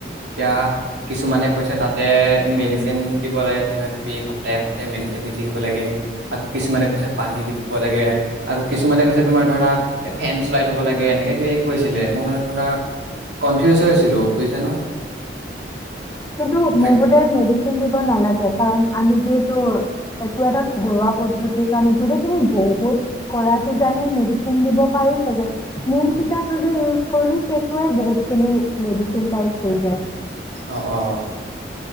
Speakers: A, on the right (about 80°); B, on the left (about 15°).
A: এতিয়া কিছুমানে কৈছে তাতে মেডিচিন দিব লাগে কিবা কিবি সপ্তাহে সপ্তাহে মেডিচিন দি থাকিব লাগে কিছুমানে কৈছে পানী দি থাকিব লাগে আকৌ কিছুমানে কৈছে তোমাৰ ধৰা ফেন চলাই থব লাগে এনেকে কিবা কৈছিলে মই মানে ধৰা কনফিউজ হৈ আছিলো বুজিছা নহয়
B: কিন্তু
A: তাকে
B: মোৰ বুধে মেডিচিন দিব নালাগে কাৰণ আমি যিহেতু এইটো এটা ঘৰুৱা পদ্ধতি কাৰনে তুমি বহুত কৰা কিজানি মেডিচিন দিব পাৰিছেগে নিম
A: উম
B: তিতাটো যে কলোঁ পেতুৱে বহুত খিনি মেডিচিন টাইপ হৈ যায়
A: অ অ